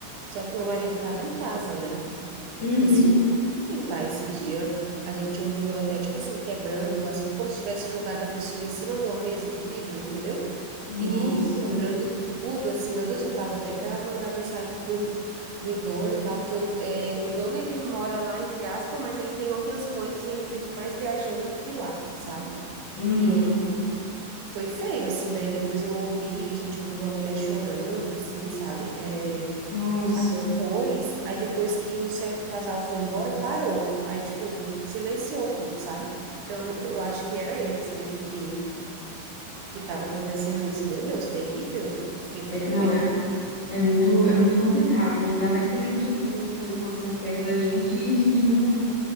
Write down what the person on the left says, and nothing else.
uhum,
nossa,
uhum,
nossa.
É,
não,
é. É muito, é muito complicado, né? Ainda mais quando a gente vê essas coisas acontecendo perto da gente <laughs> e a gente não,